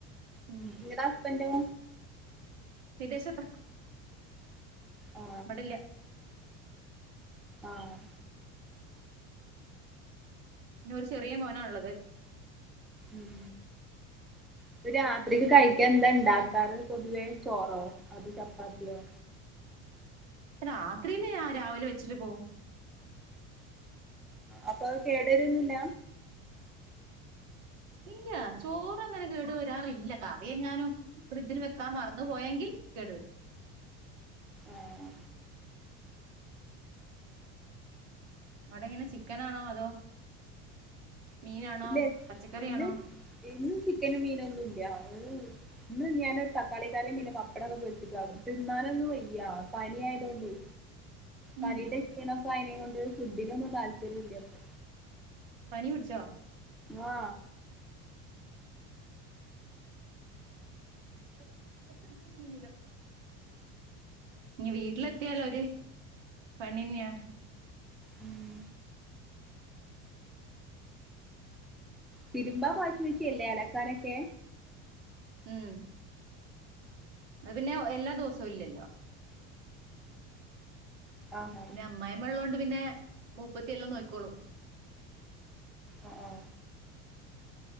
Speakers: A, on the right; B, in the centre.
A: ഉം
B: നിങ്ങടെ ഹസ്ബന്റോ
A: വിദേശത്ത
B: ആ
A: ഇവിടില്ല
B: ആഹ്
A: പിന്ന ഒരു ചെറിയ മോനാ ഉള്ളത്
B: ഉം പ്പ രാ ത്രിക്ക് കഴിക്ക എന്താ ഇണ്ടാക്കാറ് പൊതുവേ ചോറോ അതോ ചപ്പാത്തിയോ
A: രാത്രില്ലേ ഞാ രാവിലെ വെച്ചിട്ട് പോവും
B: അപ്പൊ അത് കേട്വരൊന്നില്ല
A: ഇല്യാ ചോറ് അങ്ങനെ കേടു വരാറില്ല കറിയെങ്ങാനും ബ്രിഡ്ജിൽ വെക്കാൻ മറന്ന് പോയെങ്കിൽ കെ ട്വരും
B: ആഹ്
A: അവ്ടെ എങ്ങനെ ചിക്കനാണോ അതോ മീനാണോ
B: ഇല്ലെ
A: പച്ചക്കറിയാണോ
B: ഇന്ന് ഇന്ന് ചിക്കനും മീനൊന്നുംല്ല ഇന്ന് ഞാനൊരു തക്കാളിക്കറിം പിന്നെ പപ്പടൊക്കെ പൊര്ച്ചിട്ട് ആകും തിന്നാനൊന്നും വയ്യ പനിയായ്തൊണ്ടേ പനീടെ
A: ഉം
B: <unintelligible> ആയീനെ കൊണ്ട് ഫുഡിനൊന്നും താല്പര്യം ഇല്ല പ്പൊ
A: പനി പിടിച്ചോ
B: ആ
A: <unintelligible> ഇനി വീട്ട്ലെത്തിയാല് ഒര് പണിന്നെയാണ്.
B: ഉം തിര്മ്പാ വാഷിങ് മെഷീൻ ല്ലേ അലക്കാനൊക്കെ
A: ഉം അത് പിന്നെ എല്ലാ ദെവസവും ഇല്ലല്ലോ
B: ആഹാ
A: പിന്നെ അമ്മായിമ്മള്ളൊണ്ട് പിന്നെ മൂപ്പത്തിയെല്ലാം നോക്കിക്കോളും.
B: അ ആ